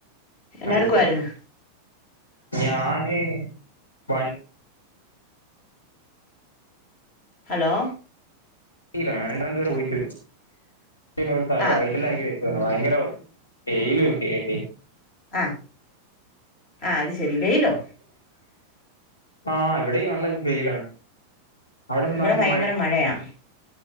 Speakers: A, on the left; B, on the left.
A: എന്നാ
B: അത്
A: എടുക്കുവായിരുന്നു
B: ശെരി ഞാന് പ
A: ഹലോ
B: രണ്ട രണ്ടപരെ പോയിട്ട് വരട്ടാക്കി
A: ആഹ്
B: വ <unintelligible> ഭയങ്കര വെയ്ലും ഒക്കെആയിട്ടെ
A: ആഹ് ആഹ് അത് ശെരി വെയ്ലോ
B: ആഹ് ഇവിടേക്ക് നല്ല വെയിലാണ് അവിടെ
A: ഇവടെ
B: നാട്ടിൽ
A: ഭയങ്കര മഴയാ